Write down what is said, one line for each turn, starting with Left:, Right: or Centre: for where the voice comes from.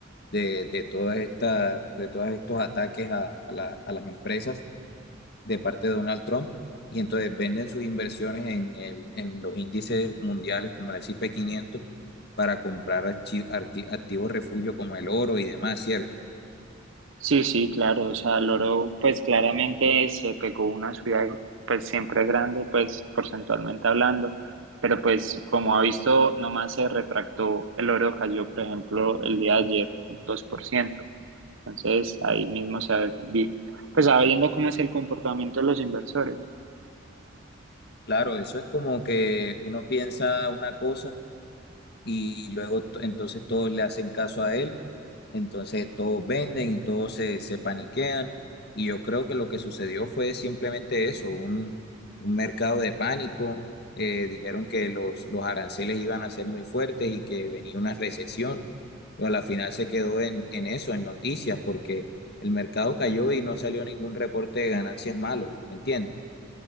Left: de, de todas estas, de todos estos ataques a, a la- a las empresas. de parte de Donald Trump y entonces venden sus inversiones en, el- en los índices mundiales como el S&P 500 para comprar archi- arti- activos refugio como el oro y demás, ¿cierto?
Right: Sí, sí, claro, o sea, Loro, pues claramente se pegó una ciudad, pues siempre grande, pues porcentualmente hablando, pero pues como ha visto, nomás se retractó, el oro cayó, por ejemplo, el día de ayer un 2%, entonces ahí mismo se vi, pues sabiendo cómo es el comportamiento de los inversores.
Left: Claro, eso es como que uno piensa una cosa y luego to- entonces todos le hacen caso a él Entonces todos venden y todos se, se paniquean. Y yo creo que lo que sucedió fue simplemente eso, un, un mercado de pánico. Eh, dijeron que los, los aranceles iban a ser muy fuertes y que venía una recesión. Pero a la final se quedó en, en eso, en noticias, porque el mercado cayó y no salió ningún reporte de ganancias malo, ¿me entiendes?